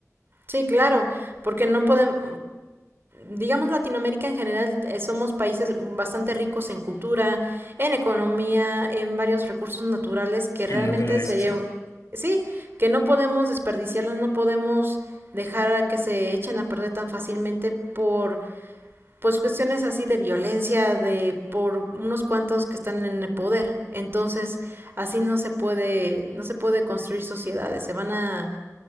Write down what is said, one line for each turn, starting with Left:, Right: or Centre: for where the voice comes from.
Right: Sí, claro, porque no podemos, digamos Latinoamérica en general, eh, somos países bastante ricos en cultura, en economía, en varios recursos naturales que
Left: En
Right: realmente
Left: naturaleza,
Right: sería,
Left: sí.
Right: un- sí, que no podemos desperdiciarlos, no podemos dejar a que se echen a perder tan fácilmente por pues cuestiones así de violencia de por unos cuantos que están en el poder. Entonces, así no se puede no se puede construir sociedades, se van a